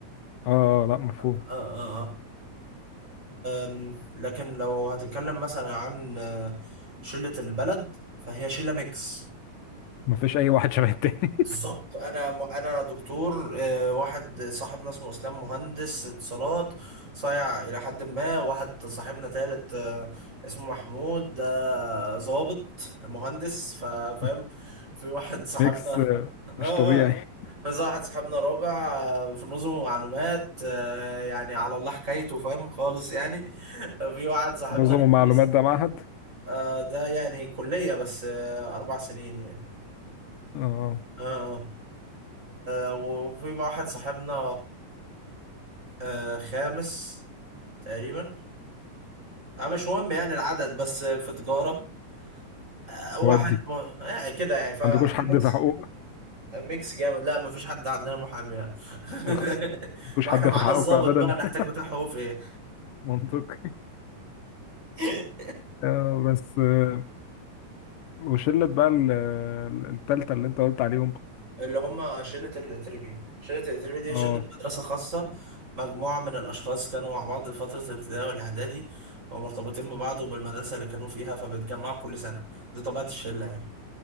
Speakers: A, on the left; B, on the right.
A: آه آه، آه، لأ مفهوم
B: اه اه اه آم، لكن لو هتتكلم مثلا عن آه، شلة البلد فهي شلة ميكس
A: مفيش أي واحد شبه التاني
B: بالظبط انا انا دكتور آه، واحد صاحبنا اسمه اسلام مهندس اتصالات صايع الى حد ما واحد صاحبنا تالت آه، اسمه محمود ده ضابط مهندس فا- فاهم
A: <laughs>
B: في واحد صاحبنا
A: ميكس آه،
B: <laughs> اه
A: مش طبيعي
B: اه في واحد صاحبنا رابع آه، في نظم ومعلومات آه، يعني على الله حكايته فاهم خالص يعني <laughs> في واحد صاحبنا
A: نظم ومعلومات
B: خامس،
A: ده معهد
B: آه، ده يعني كلية بس آه، أربع سنين يعني
A: آه
B: اه آه آه، وفي مع واحد صاحبنا آه خامس تقريبا آه مش مهم يعني العدد بس آه، في تجارة آه واحد
A: ودي
B: م... آه كده يعني فاحنا
A: عندكوش حد
B: ميكس
A: في حقوق
B: ميكس جامد لا ما فيش حد عندنا محامي يعني.
A: اخس
B: <laughs>
A: مفيش
B: ما
A: حد
B: احنا معانا
A: ياخد حقكم
B: الضابط
A: ابدا
B: بقى نحتاج
A: <laughs>
B: بتاع حقوق في ايه
A: منطقي
B: <laughs>
A: آه بس آه، وشله بقى ال- التالتة اللي انت قلت عليهم
B: اللي هم شلة الاتربي شلة الاتربي دي
A: اه
B: شلة مدرسة خاصة مجموعة من الأشخاص كانوا مع بعض في فترة الابتدائي والإعدادي ومرتبطين ببعض وبالمدرسة اللي كانوا فيها فبيتجمعوا كل سنة دي طبيعة الشلة يعني